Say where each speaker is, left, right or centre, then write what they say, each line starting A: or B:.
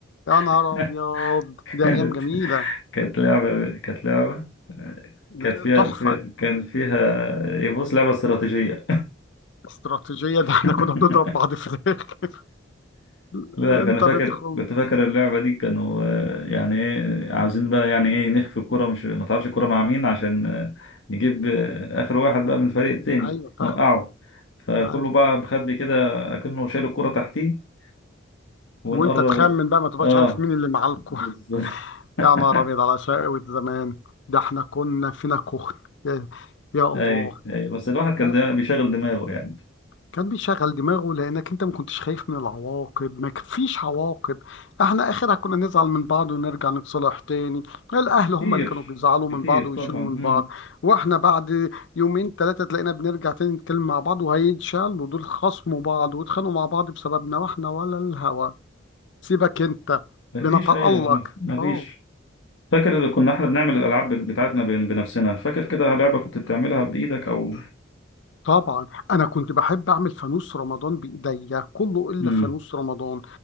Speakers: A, on the left (about 70°); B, on the left (about 85°).
A: يا نهار
B: <laughs>
A: ابيض دي
B: كانت
A: ايام جميله
B: كانت لعبة كانت لعبة
A: ده
B: كانت فيها
A: تحفه
B: كان فيها يبص لعبة استراتيجية
A: استراتيجيه <laughs> ده احنا
B: <laughs>
A: كنا بنضرب بعض في الاخر <laughs>
B: لا كان
A: انت
B: فاكر
A: بتخم
B: كنت فاكر اللعبة دي كانوا آه، يعني ايه عاوزين بقى يعني ايه نخفي الكرة مش ما تعرفش الكرة مع مين عشان آه، نجيب آه، آخر واحد بقى من الفريق التاني
A: ايوه فاهمك
B: نوقعه فكله
A: مش عارف
B: بقى مخبي كده أكنه شايل الكرة تحتيه ونقرب
A: وانت تخمن بقى ما تبقاش
B: اه
A: عارف مين اللي معاكوا
B: بالظبط <laughs>
A: يا نهار ابيض على شقاوة زمان ده احنا كنا فينا كخن يا يا الله
B: اي اي بس الواحد كان
A: بس
B: ده بيشغل دماغه يعني
A: كان بيشغل دماغه لانك انت ما كنتش خايف من العواقب ما فيش عواقب احنا اخرها كنا نزعل من بعض ونرجع نتصالح تاني الاهل
B: كتير
A: هم اللي كانوا بيزعلوا
B: كتير
A: من بعض ويشيلوا
B: طبعا مم.
A: من بعض واحنا بعد يومين ثلاثة تلاقينا بنرجع تاني نتكلم مع بعض وهيتشالوا دول خصموا بعض واتخانقوا مع بعض بسببنا واحنا ولا الهوى سيبك انت
B: مفيش
A: بنتألق
B: ايوه مف- مفيش
A: اه
B: فاكر اللي كنا احنا بنعمل الالعاب بت- بتاعتنا بن- بنفسنا فاكر كده لعبه كنت بتعملها بايدك او
A: طبعا انا كنت بحب اعمل فانوس رمضان بايديا كله الا
B: امم
A: فانوس رمضان